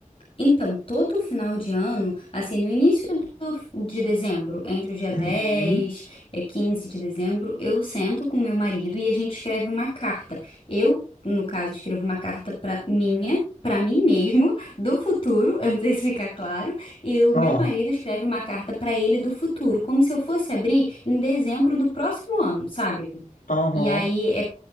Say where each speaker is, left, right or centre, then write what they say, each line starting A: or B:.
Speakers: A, on the left; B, on the left.
A: Então, todo final de ano, assim, no início do- de dezembro, entre o dia dez
B: Uhum.
A: e 15 de dezembro, eu sento com meu marido e a gente escreve uma carta. Eu, no caso, escrevo uma carta para minha, para mim mesmo, do futuro, eu não sei se fica claro, e o
B: Ah,
A: meu marido escreve uma carta para ele do futuro, como se eu fosse abrir em dezembro do próximo ano, sabe?
B: aham,
A: E aí é